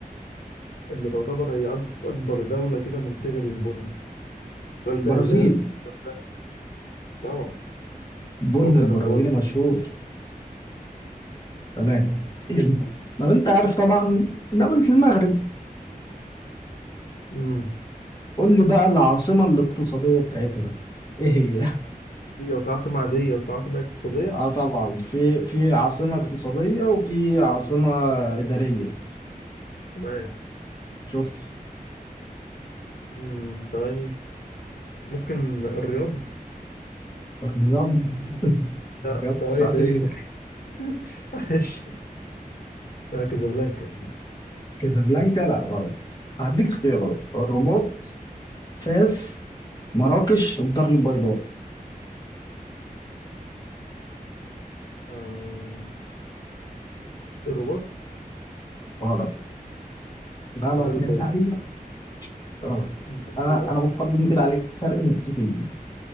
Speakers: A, on the left; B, on the left.
A: اللي تعتبر هي أك- أكبر دولة كده منتجة للبن؟ سؤال
B: برازيل
A: سهل ده ها؟ سؤال سهل. طبعا
B: بن
A: سؤال
B: البرازيلي
A: سهل خالص
B: مشهور تمام <clears throat> طب انت عارف طبعا دولة المغرب
A: امم
B: قول لي بقى العاصمة الاقتصادية بتاعتها ايه هي؟ <laughs>
A: في في عاصمة عادية وفي عاصمة اقتصادية
B: اه طبعا في في عاصمة
A: مم.
B: اقتصادية وفي عاصمة إدارية
A: كمان
B: شوف
A: امم ثواني ممكن الرياض
B: الرياض <laughs>
A: لا
B: الرياض
A: ثواني
B: السعودية
A: ده <laughs> معلش آه، كازابلانكا
B: كازابلانكا لا غلط هديك اختيارات الرباط فاس مراكش الدار البيضاء
A: آه. الرباط
B: غلط غلط
A: الدار البيضاء
B: يا زعيم غلط
A: الدار البيضاء
B: انا انا بقدم كده عليك فرق نقطتين